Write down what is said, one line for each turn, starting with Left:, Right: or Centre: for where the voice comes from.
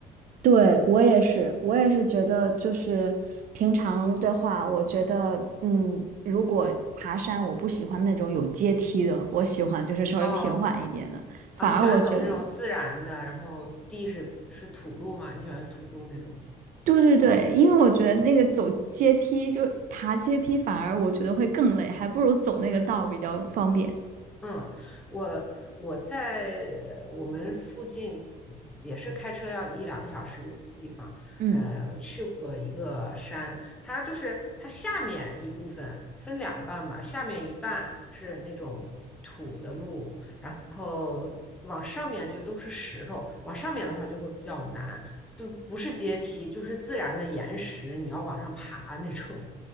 Right: 对，我也是，我也是觉得，就是平常的话，我觉得，嗯，如果爬山，我不喜欢那种有阶梯的，我喜欢就是稍微平缓一点的。
Centre: <laughs> 哦
Right: 反而我觉得。
Centre: 啊，你喜欢走那种自然的，然后地是是土路吗？你喜欢土路那种的吗？
Right: 对对对，因为我觉得那个走阶梯，就爬阶梯，反而我觉得会更累，还不如走那个道比较方便。
Centre: 嗯。嗯，我我在我们附近嗯也是开车要一两个小时的地方，
Right: 嗯，
Centre: 呃，去过一个山，它就是它下面一部分分两半嘛，下面一半是那种土的路，然后往上面就都是石头，往上面的话就会比较难，就不是阶梯，就是自然的岩石，你要往上爬那种。